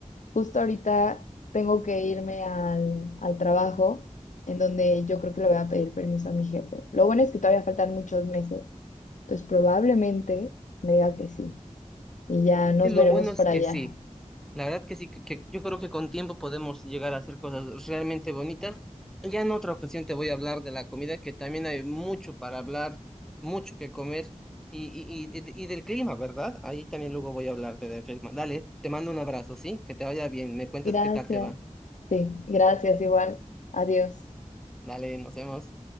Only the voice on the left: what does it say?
Justo ahorita tengo que irme al, al trabajo en donde yo creo que le voy a pedir permiso a mi jefe. Lo bueno es que todavía faltan muchos meses. Entonces probablemente me diga que sí. Y ya nos
veremos
por
allá.
Gracias.
Sí, gracias igual. Adiós.